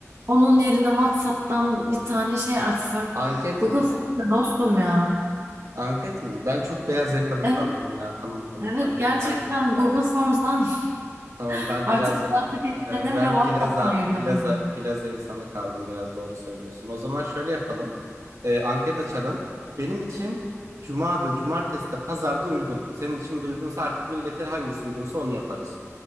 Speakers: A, on the right; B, on the right.
A: Onun yerine WhatsApp'tan bir tane şey açsak.
B: Anket
A: Google
B: mi?
A: Forms'ta dostum ya.
B: Anket mi? Ben çok beyaz yakalı
A: Evet,
B: kaldım ya. Tamam tamam
A: evet
B: anket
A: gerçekten
B: anket açalım.
A: Google Forms'dan
B: Tamam
A: <laughs>
B: ben
A: artık
B: birazcık
A: WhatsApp ekiplerine
B: he, ben
A: bile WhatsApp'tan
B: plaza
A: yürüyor
B: plaza
A: bunun.
B: plaza insanı kaldım biraz doğru söylüyorsun. O zaman şöyle yapalım. Ee, anket açalım. Benim için Cuma'da, Cumartesi'de, Pazar'da uygun. Senin için de uygunsa artık milletin hangisi uygunsa onu yaparız.